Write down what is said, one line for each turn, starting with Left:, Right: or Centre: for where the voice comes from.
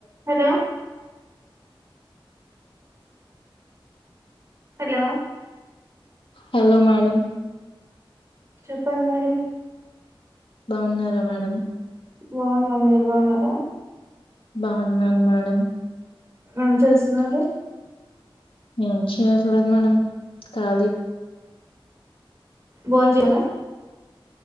Right: Hello hello
Left: hello madam
Right: చెప్పాలి madam
Left: బాగున్నారా madam
Right: బాగున్నాం మీరు బాగున్నారా
Left: బాగున్నాను మేడం
Right: ఏం చేస్తున్నారు
Left: ఏం చేయట్లేదు మేడం కాలి
Right: బొం చేయరా